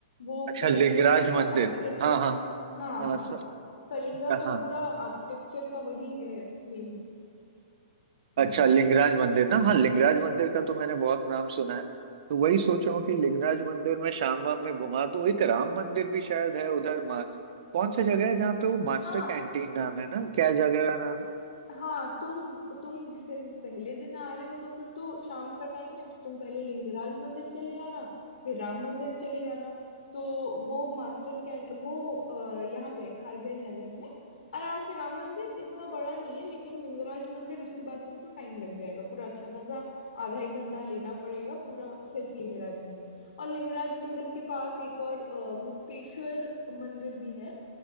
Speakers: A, on the left; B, on the right.
A: वो
B: अच्छा
A: कलिंगा
B: लिंगराज
A: का जो
B: मंदिर
A: आर्किटेक्चर
B: हाँ हाँ
A: का हाँ
B: हाँ
A: हाँ
B: सब
A: कलिंगा का
B: हाँ
A: पूरा आर्किटेक्चर का वही है मेन
B: अच्छा
A: मंदिर
B: लिंगराज मंदिर ना हाँ लिंगराज मंदिर का तो मैंने बहुत नाम सुना है तो वही सोच रहा हूँ कि लिंगराज मंदिर में शाम वाम में घुमा दूँ एक राम मंदिर भी शायद है उधर मास कौन सा जगह है जहाँ पे वो मास्टर
A: हाँ
B: कैंटीन नाम है ना क्या जगह का नाम है?
A: हाँ तुम तुम जिससे पहले दिन आ रहे हो तो फिर तो शाम का टाइम है तो तुम पहले लिंगराज मंदिर चले जाना फिर राम मंदिर चले जाना तो वो मास्टर कैंट वो अ, यहाँ पे है, खारवेल नगर में आराम से राम मंदिर इतना बड़ा नहीं है लेकिन लिंगराज मंदिर उसके बाद तुमको टाइम लग जाएगा पूरा अच्छा खासा आधा एक घंटा लेना पड़ेगा पूरा सिर्फ लिंगराज मंदिर और लिंगराज मंदिर के पास एक और अ, मुक्तेश्वर मंदिर भी है